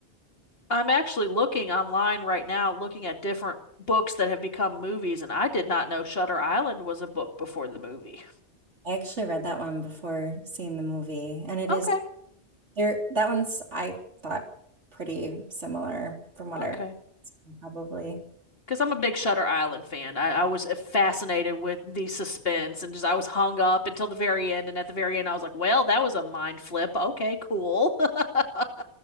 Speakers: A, on the left; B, on the right.
A: I'm actually looking online right now, looking at different books that have become movies, and I did not know Shutter Island was a book before the movie.
B: I actually read that one before seeing the movie, and it
A: Okay,
B: is there. That one's, I thought, pretty similar from what I remember,
A: okay.
B: probably
A: Because I'm a big Shutter Island fan. I, I was uh, fascinated with the suspense and just I was hung up until the very end. And at the very end, I was like, well, that was a mind flip. Okay, cool. <laughs>